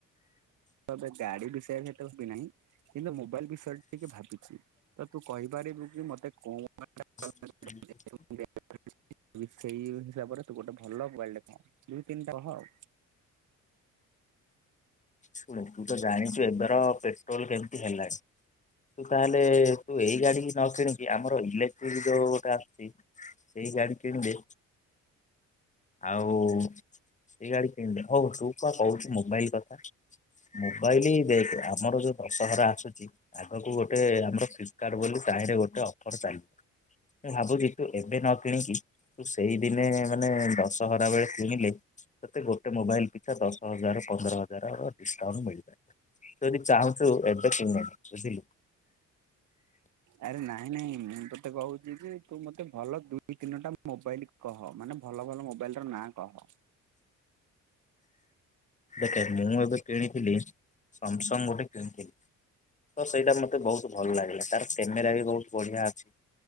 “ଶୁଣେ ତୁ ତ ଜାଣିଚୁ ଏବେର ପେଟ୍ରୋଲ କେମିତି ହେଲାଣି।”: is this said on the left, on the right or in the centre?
Left